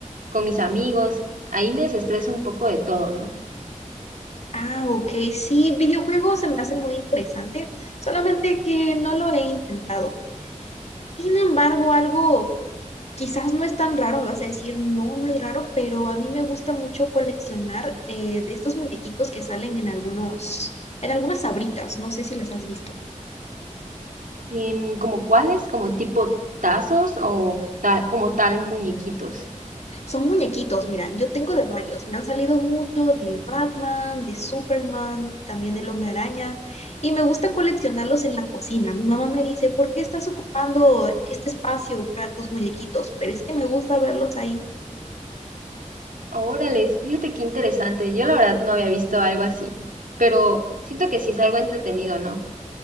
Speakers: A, on the right; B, on the left.
A: con mis amigos. Ahí me desestreso un poco de todo, ¿no?
B: Ah, ok, sí, videojuegos se me hace muy interesante, solamente que no lo he intentado. Sin embargo, algo Quizás no es tan raro, me vas a decir, no, no es raro, pero a mí me gusta mucho coleccionar eh, de estos muñequitos que salen en algunos, en algunas abritas, no sé si las has visto.
A: Em, ¿como cuáles? ¿Como tipo tazos o ta- como tal muñequitos?
B: Son muñequitos, mira, yo tengo de varios, me han salido mucho de Batman, de Superman, también del Hombre Araña, y me gusta coleccionarlos en la cocina. Mi mamá me dice, ¿por qué estás ocupando este espacio para tus muñequitos? Pero es que me gusta verlos ahí.
A: Órale, fíjate qué interesante. Yo la verdad no había visto algo así, pero siento que sí es algo entretenido, ¿no?